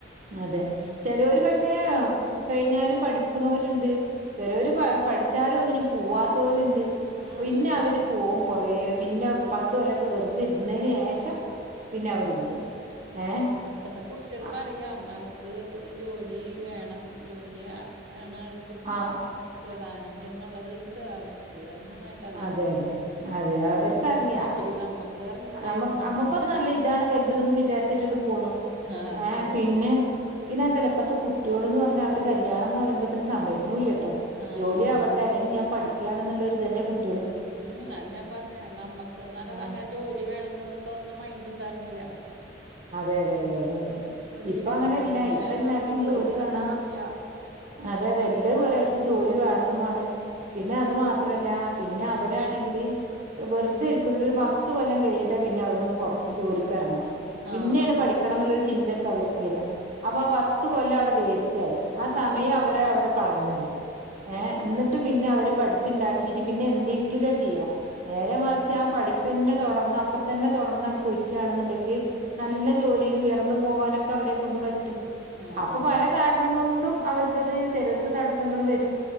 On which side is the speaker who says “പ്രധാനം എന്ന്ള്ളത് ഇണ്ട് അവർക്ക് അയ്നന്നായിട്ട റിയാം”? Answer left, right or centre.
Right